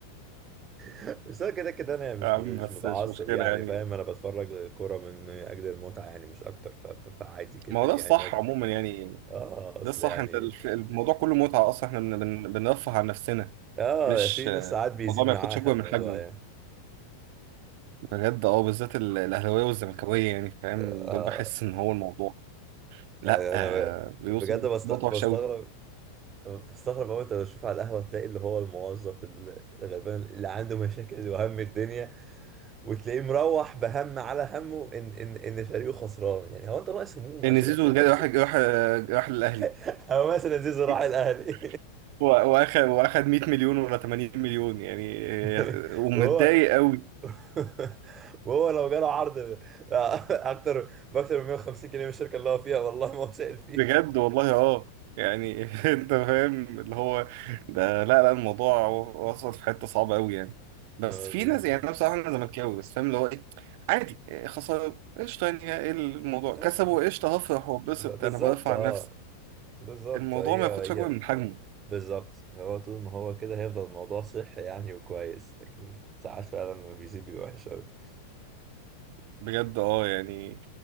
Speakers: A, on the right; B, on the right.
A: <laughs> بس انا كده كده انا يعني مش
B: يا عم
A: مش
B: بس
A: متعصب
B: مش مشكله
A: يعني
B: يعني
A: فاهم انا بتفرج للكوره من من اجل المتعه يعني مش اكتر ف- ف- فعادي جدا
B: ما هو
A: يعني
B: ده الصح عموما يعني
A: اه اصل
B: ده الصح
A: يعني
B: انت الف- الموضوع كله متعه اصلا احنا بن- بن- بنرفه عن نفسنا
A: اه
B: مش
A: في ناس ساعات بيزيد
B: الموضوع ما
A: معاها
B: ياخدش اكبر
A: الموضوع
B: من حجمه يعني.
A: يعني
B: بجد اه بالذات ال- الاهلاويه والزملكاويه يعني فاهم
A: اه
B: دول بحس ان هو الموضوع لا
A: يعني انا
B: آه، بيوصل
A: بجد بست-
B: نقطه
A: بستغرب
B: وحشه قوي
A: بستغرب قوي انت لو تشوف على القهوه تلاقي اللي هو الموظف الغلبان اللي عنده مشاكل وهم الدنيا وتلاقيه مروح بهم على همه ان ان ان فريقه خسران يعني هو انت ناقص هموم
B: ان
A: عشان
B: زيزو
A: انت
B: جاي راح راح راح للاهلي
A: <laughs> او مثلا زيزو راح الاهلي
B: <laughs> هو واخد واخد 100 مليون ولا 80 مليون يعني
A: <laughs>
B: آه، ومتضايق
A: وهو
B: قوي
A: <laughs> وهو لو جاله عرض ب- <laughs> اكتر باكتر من 150 جنيه من الشركه اللي هو فيها والله ما هو سائل
B: بجد والله اه يعني <laughs> انت فاهم اللي هو ده لا لا الموضوع و- وصل في حته صعبه قوي يعني بس
A: آه،
B: في
A: بيزيد
B: ناس يعني انا بصراحه انا زملكاوي بس فاهم اللي هو ايه عادي إيه، خساره قشطه يعني ايه الموضوع
A: آه،
B: كسبوا
A: ي-
B: قشطه هفرح واتبسط
A: ب- بالظبط
B: انا برفع
A: اه
B: عن نفسي
A: بالظبط
B: الموضوع
A: هي
B: ما ياخدش
A: هي
B: اكبر من حجمه
A: بالظبط هو طول ما هو كده هيفضل الموضوع صحي يعني وكويس لكن ساعات فعلا لما بيزيد بيبقى وحش أوي
B: بجد اه يعني